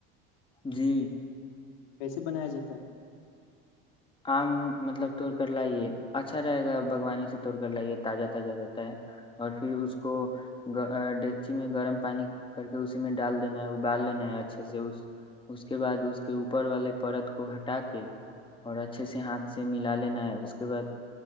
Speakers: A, on the left; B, on the left.
A: جی
B: کیسے بنایا جاتا ہے؟
A: آم مطلب توڑ کر لائیے اچھا رہے گا باوانی سے توڑ کر لائیے تازہ تازہ رہتا ہے اور پھر اس کو ڈگچی میں گرم پانی کر کے اسی میں ڈال دینا ہے ابال لینا ہے اچھے سے اس اس کے بعد اس کے اوپر والے پرت کو ہٹا کے اور اچھے سے ہاتھ سے ملا لینا ہے اس کے بعد